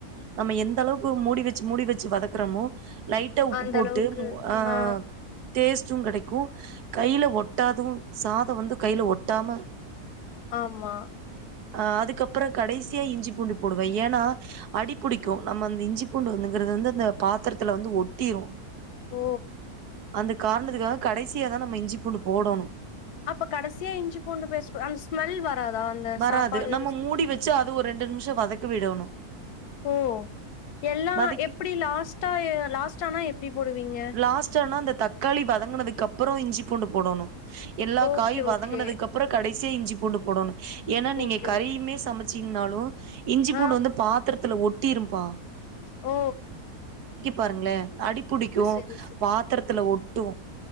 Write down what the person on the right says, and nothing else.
நம்ம எந்த அளவு மூடி வச்சு மூடி வச்சு வதக்கறமோ லைட்ட உப்பு
போட்டு
ஆஹ்
டேஸ்ட்டும் கிடைக்கும் கைல ஒட்டாதும் சாதம் வந்து கையில ஒட்டாம
அஹ் அதுக்கப்புறம் கடைசியா இஞ்சி பூண்டு போடுவேன் ஏன்னா அடிபிடிக்கும் நம்ம அந்தி இஞ்சி பூண்டு வந்துங்கிறது வந்து அந்த பாத்திரத்துல வந்து ஒட்டிடும்
அந்த காரணத்துக்காக கடைசிய தான் நம்ம இஞ்சி பூண்டு போடணும்
வராது
நம்ம மூடி வச்சு அது ஒரு ரெண்டு நிமிஷோ வதக்க விடணு
வதக்கி
லாஸ்ட் ஆனா அந்த தக்காளி வதங்குனதுக்கு அப்புறம் இஞ்சி பூண்டு போடோணு எல்லா
காயு வதங்குனதுக்கப்றம்
கடை சே இஞ்சி பூண்டு போடோணு ஏன்னா நீங்க
கறியுமே
சமச் சிங்னாளு இஞ்சி
பூண்டு வந்து பாத்திரத் த்துல ஒட்டிரும்ப்பா
பாருங்களே அடிப் க்யூ
பாத்தரத்தல ஒட் டு